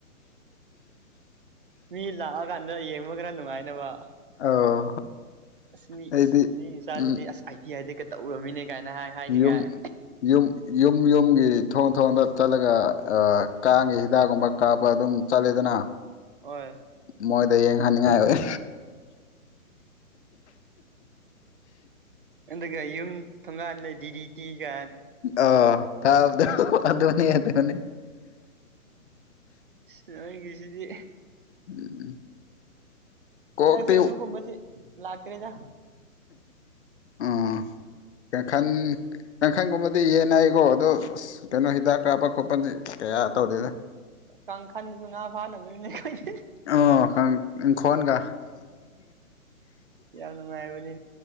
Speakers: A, on the right (about 40°); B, on the left (about 50°).
A: ꯃꯤ ꯂꯥꯛꯑꯀꯥꯟꯗ ꯌꯦꯡꯕ ꯈꯔ ꯅꯨꯡꯉꯥꯏꯅꯕ
B: ꯑꯣ
A: ꯑꯁ ꯃꯤ ꯑꯁ
B: ꯑꯩꯗꯤ
A: ꯃꯤ ꯃꯆꯥꯁꯤꯗꯤ
B: ꯎꯝ
A: ꯑꯁ ꯑꯥꯏ ꯇꯤ ꯑꯥꯏꯗꯒ ꯇꯧꯔꯝꯃꯤꯅꯦ ꯀꯥꯏꯅ ꯍꯥꯏ ꯍꯥꯏꯅꯤꯡꯉꯥꯏ
B: ꯌꯨꯝ ꯌꯨ ꯌꯨꯝ ꯌꯨꯝ ꯌꯨꯝꯒꯤ ꯊꯣꯡ ꯊꯣꯡꯗ ꯆꯠꯂꯒ ꯑꯥ ꯀꯥꯡꯒꯤ ꯍꯤꯗꯥꯛꯒꯨꯝꯕ ꯀꯥꯞꯄ ꯑꯗꯨꯝ ꯆꯠꯂꯦꯗꯅ
A: ꯍꯣꯏ
B: ꯃꯣꯏꯗ ꯌꯦꯡꯍꯟꯅꯤꯡꯉꯥꯏ ꯑꯣꯏ
A: ꯑꯗꯨꯒ ꯌꯨꯝ ꯊꫭꯡꯒꯥꯥꯟꯗ ꯗꯤ ꯗꯤ ꯇꯤ ꯒ
B: ꯑꯣ ꯊꯥꯕꯗꫭ ꯑꯗꯨꯅꯦ ꯑꯗꯨꯅꯦ
A: ꯅꯣꯏꯒꯤꯁꯤꯗꯤ
B: ꯎꯝ ꯀꯣꯛꯇꯤ
A: ꯍꯟꯗꯛꯁꯦ ꯑꯗꯨ ꯒꯨꯝꯕꯁꯨ ꯂꯥꯛꯇ꯭ꯔꯦꯗ
B: ꯎꯝ ꯀꯥꯡꯈꯟ ꯀꯥꯡꯈꯟꯒꯨꯝꯕꯗꯤ ꯌꯦꯟꯅꯩ ꯀꯣ ꯑꯗꯣ ꯀꯩꯅꯣ ꯍꯤꯗꯥꯛ ꯀꯥꯞꯄ ꯈꯣꯠꯄꯗꯤ ꯀꯌꯥ ꯇꯧꯗꯦꯗ
A: ꯀꯥꯡꯈꯥꯟꯁꯨ ꯉꯥ ꯐꯥꯅꯕꯅꯤꯅꯦ ꯑꯈꫭꯏ
B: ꯑꯣ ꯈꯪꯉꯤ ꯏꯪꯈꫭꯟꯒ
A: ꯌꯥꯝ ꯅꯨꯡꯉꯥꯏꯕꯅꯤ